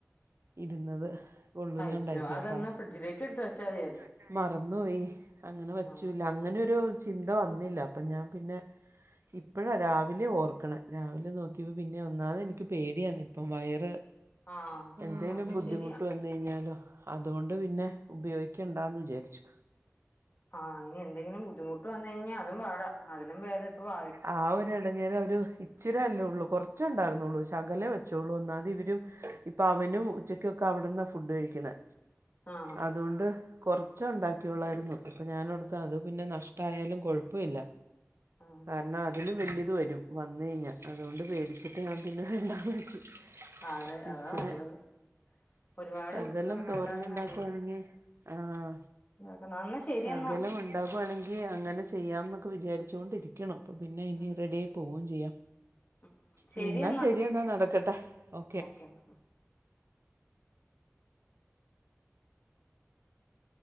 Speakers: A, on the right (about 60°); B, on the left (about 40°).
A: ഇര്ന്നത് കൊള്ളൂല്ലാണ്ടായിപ്പോയി
B: അയ്യോ അതെന്നാ
A: അപ്പ
B: ഫ്രിഡ്ജിലേക്ക് എടുത്ത് വെച്ചാ മതിയായിരുന്നു
A: <unintelligible> മറന്നോയി അങ്ങനെ വച്ചൂല്ല
B: ആഹ്
A: അങ്ങനെയൊരു ചിന്ത വന്നില്ല അപ്പ ഞാൻ പിന്നെ ഇപ്പോഴാ രാവിലെ ഓർക്കണ രാവിലെ നോക്കിയപ്പം പിന്നെ ഒന്നാമത് എനിക്ക് പേടിയാ ന്ന് ഇപ്പം വയറ്
B: ആഹ്
A: എന്തേലും
B: അതും
A: ബുദ്ധിമുട്ട്
B: ശരിയാ
A: ഞ്ഞാലോ അതോണ്ട് പിന്നെ ഉപയോഗിക്കേണ്ടാന്ന് വിചാര്ച്ചു.
B: ആഹ്ഇനി എന്തങ്കിലും ബുദ്ധിമുട്ട് വന്നു കഴിഞ്ഞാ അതും പാടാ അതിലും ബേദം ഇപ്പ വാ
A: ആഹ് ഒര് എൾ അങ്ങനെ ഒരു ഇച്ചിരല്ലേള്ളൂ കൊർച്ചെ ഇണ്ടാർന്നൊള്ളൂ ശകലെ വെച്ചൊള്ളൂ ഒന്നാവത് ഇവരും പ്പാ അവനും ഉച്ചക്കൊക്കെ അവിട്ന്നാ ഫുഡ് കഴിക്ക്ന്നെ
B: ആഹ്
A: അതുകൊണ്ട് കൊർച്ചേ ഉണ്ടാക്കിള്ളായിരുന്നു അപ്പ ഞാനോർത്ത് അത് പിന്നെ നഷ്ട്ടായാലും കൊഴ്പ്പല്ല.
B: ആഹ്
A: വന്ന അതിലും വല്യത് വരും വന്ന കഴിഞ്ഞാ അതുകൊണ്ട് പേടിച്ചിട്ട് ഞാൻ പിന്നെ വേണ്ടാന്ന് വെച്ചു.
B: അതെ
A: വെച്ച്
B: അതാ നല്ലത് ഒരുപാട്
A: ണ് ശകലം
B: റിസ്ക് എടുക്കണേക്കാളും
A: തോരന് ഉണ്ടാക്കവാണങ്ങി
B: നല്ലത്
A: ആഹ് ആ
B: നോക്കണം എന്നാ ശരിയെന്നാ
A: ശകലമു ഇണ്ടാകുവാണെങ്കി അങ്ങനെ ചെയ്യാം ന്നൊക്കെ വിചാരിച്ചോ ണ്ടിരിക്ക്യണം. അപ്പ പിന്നെ ഇനി
B: ഉം
A: റെഡിയായി പോവേം ചെയ്യാം.
B: ഉം ശരിയെന്നാ
A: മ് എന്നാ ശെരി എന്നാ നടക്കട്ടെ ഓക്കെ.
B: <inaudible>